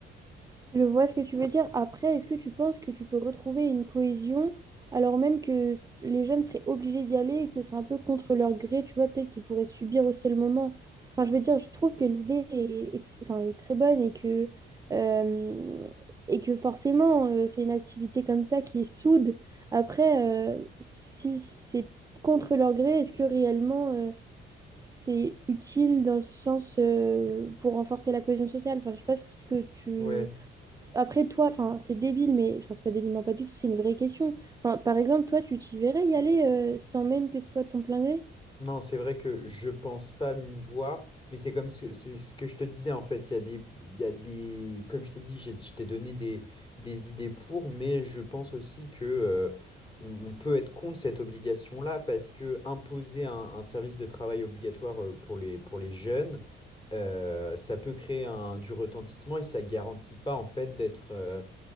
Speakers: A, on the right; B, on the left.
A: Je vois ce que tu veux dire. Après, est-ce que tu penses que tu peux retrouver une cohésion alors même que les jeunes seraient obligés d'y aller et que ce serait un peu contre leur gré, tu vois, peut-être qu'ils pourraient subir aussi le moment. Enfin, je veux dire, je trouve que l'idée est, ex- enfin, est très bonne et que, euh, et que forcément, euh, c'est une activité comme ça qui est soude. Après, euh, si c'est contre leur gré, est-ce que réellement, euh, c'est utile dans le sens, euh, pour renforcer la cohésion sociale? Enfin, je sais pas ce que tu
B: Ouais.
A: après, toi, enfin, c'est débile, mais enfin, c'est pas débile, non, pas du tout, c'est une vraie question. Enfin, par exemple, toi, tu t'y verrais y aller euh, sans même que ce soit ton plein gré?
B: Non, c'est vrai que je pense pas m'y voir, mais c'est comme ce, c'est ce que je te disais en fait. Il y a des, il y a des, comme je t'ai dit, j'ai- je t'ai donné des, des idées pour, mais je pense aussi que euh, on, on peut être contre cette obligation-là parce que imposer un, un service de travail obligatoire euh, pour les, pour les jeunes, euh, ça peut créer un, du retentissement et ça garantit pas en fait d'être euh,